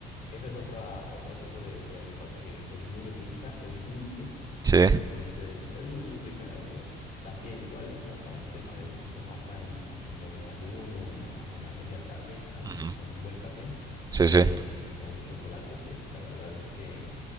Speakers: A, on the left; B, on the right.
A: Esa es otra, otra tipo de, de arepa que, que es muy rica, es dulce,
B: Sí.
A: entonces es muy, muy rica, la verdad. También, igual como para el tema de tomarla en, en la desayuno o en la, en la media tarde con,
B: Ujú.
A: con un buen café
B: Sí,
A: eh,
B: sí.
A: o un chocolate, pues la verdad es que